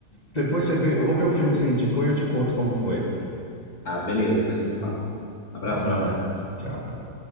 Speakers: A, on the left; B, on the left.
A: depois você vê, eu vou ver o filme que você indicou e eu te conto como foi.
B: Ah, beleza, depois você me fala. Abração,
A: Um abraço,
B: cara.
A: tchau.